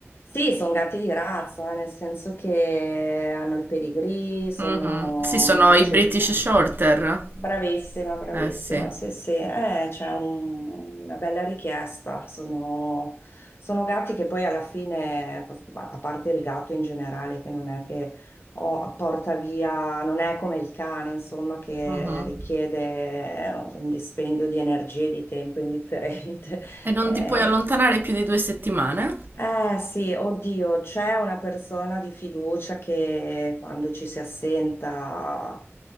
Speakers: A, on the left (about 55°); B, on the right (about 50°).
A: Sì, sono gatti di razza, eh, nel senso che hanno il pedigree, sono
B: Mhm. Sì, sono
A: microceppati.
B: i British Shorter.
A: Bravissima, bravissima,
B: Eh sì.
A: sì, sì, eh, c'è un- una bella richiesta. Sono, sono gatti che poi alla fine, a parte il gatto in generale, che non è che oh, porta via, non è come il cane, insomma, che
B: Mhm.
A: richiede un dispendio di energie e di tempo indifferente.
B: E non
A: <laughs> Eh,
B: ti puoi allontanare più di due settimane?
A: eh sì, oddio, c'è una persona di fiducia che quando ci si assenta